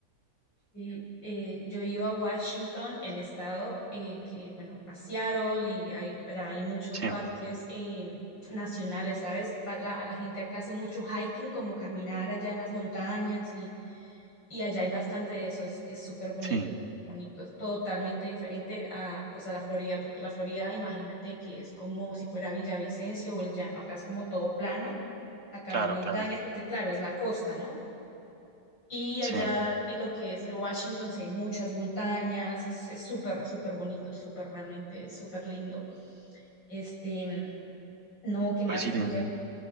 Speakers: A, on the left; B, on the right.
A: sí, eh, yo he ido a Washington, el estado, eh, que bueno, a Seattle y hay, allá hay muchos
B: Sí,
A: parques eh, nacionales, ¿sabes? Pa- La, la gente acá hace mucho hiking, como caminar allá en las montañas y y allá hay bastante de eso, es, es súper bonito,
B: sí,
A: bonito, es totalmente diferente a, pues a la Florida, porque la Florida, imagínate que es como si fuera Villavicencio o el llano, acá es como todo plano, acá
B: claro,
A: no hay montañas,
B: claro,
A: porque claro, es la costa, ¿no? Y allá
B: sí,
A: en lo que es Washington, sí hay muchas montañas, es es súper, súper bonito, súper realmente, súper lindo. Este, no, ¿qué más
B: pues sí,
A: te
B: tiene-
A: quería